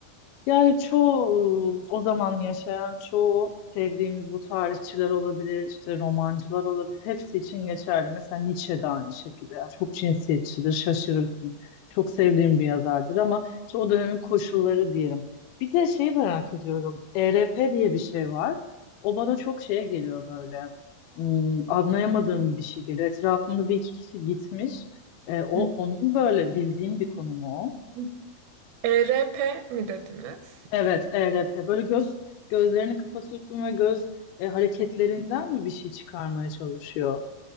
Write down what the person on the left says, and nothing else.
Yani çoğu o zaman yaşayan çoğu sevdiğimiz bu tarihçiler olabilir, işte romancılar olabilir. Hepsi için geçerli. Mesela Nietzsche de aynı şekilde. Yani çok cinsiyetçidir, şaşırırsın. Çok sevdiğim bir yazardır ama işte o dönemin koşulları diyelim. Bir de şey merak ediyorum. ERP diye bir şey var. O bana çok şeye geliyor böyle. Hmm, anlayamadığım bir şey geliyor. Etrafımda bir iki kişi gitmiş. E, o
onun böyle bildiğin bir konu mu o?
Evet, ERP. Böyle göz gözlerini kapatıyorsun ve göz e, hareketlerinden mi bir şey çıkarmaya çalışıyor?